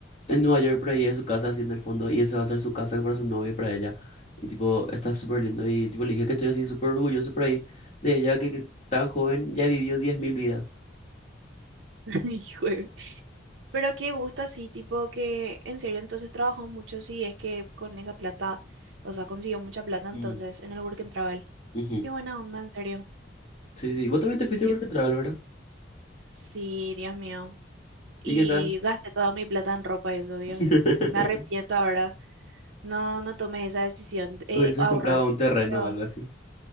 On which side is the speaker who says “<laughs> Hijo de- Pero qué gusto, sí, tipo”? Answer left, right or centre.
Right